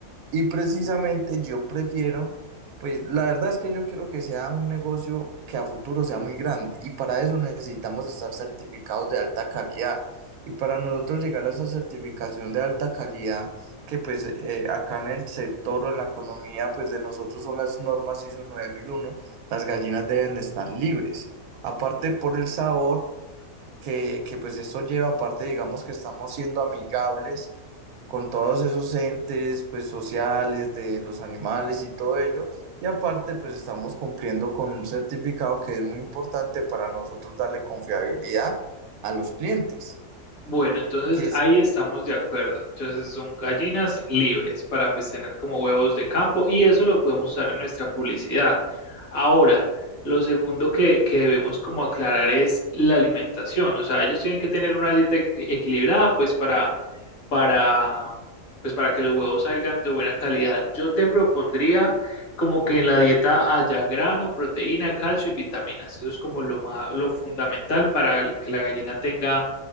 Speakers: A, on the right (about 80°); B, on the left (about 65°).
A: Y precisamente yo prefiero, pues la verdad es que yo quiero que sea un negocio que a futuro sea muy grande y para eso necesitamos estar certificados de alta calidad. Y para nosotros llegar a esa certificación de alta calidad, que pues eh, acá en el sector o en la economía, pues de nosotros son las normas ISO nueve mil uno las gallinas deben estar libres. Aparte por el sabor que, que pues esto lleva, aparte digamos que estamos siendo amigables con todos esos entes pues sociales de los animales y todo ello. Y aparte pues estamos cumpliendo con un certificado que es muy importante para nosotros darle confiabilidad a los clientes,
B: Bueno, entonces
A: que es
B: ahí estamos de acuerdo. Entonces son gallinas libres para pues tener como huevos de campo y eso lo podemos usar en nuestra publicidad. Ahora, lo segundo que, que debemos como aclarar es la alimentación. O sea, ellos tienen que tener una dieta equi- equilibrada pues para, para, pues para que los huevos salgan de buena calidad. Yo te propondría como que en la dieta haya grano, proteína, calcio y vitaminas. Eso es como lo ma- lo fundamental para que la gallina tenga